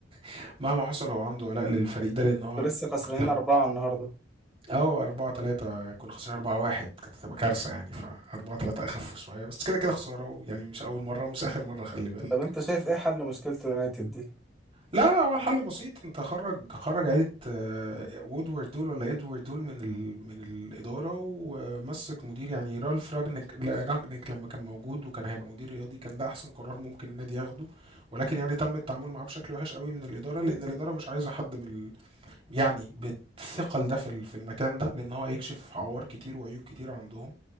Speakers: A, on the right; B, in the centre.
A: <laughs> مهما حصل هو عنده ولاء للفريق ده لان هو
B: ولسه خسرانين
A: لو
B: أربعة النهاردة
A: اه أربعة تلاتة كنا خسرانين أربعة واحد كانت هتبقى كارثة يعني فأربعة تلاتة أخف شوية بس كده كده خسارة يعني مش أول مرة ومش آخر مرة خلي بالك
B: طب أنت شايف إيه حل مشكلة اليونايتد دي؟
A: لا لا هو الحل بسيط انت خرج خرج عيلة آه، وودورد دول ولا ادوارد دول من ال... من الإدارة ومسك مدير يعني رالف راجنيك لا رانجنيك لما كان موجود وكان هيبقى مدير رياضي كان ده أحسن قرار ممكن النادي ياخده ولكن يعني تم التعامل معاه بشكل وحش قوي من الإدارة لأن الإدارة مش عايزة حد بال يعني بالثقل ده في ال- في المكان ده لأن هو هيكشف عوار كتير وعيوب كتير عندهم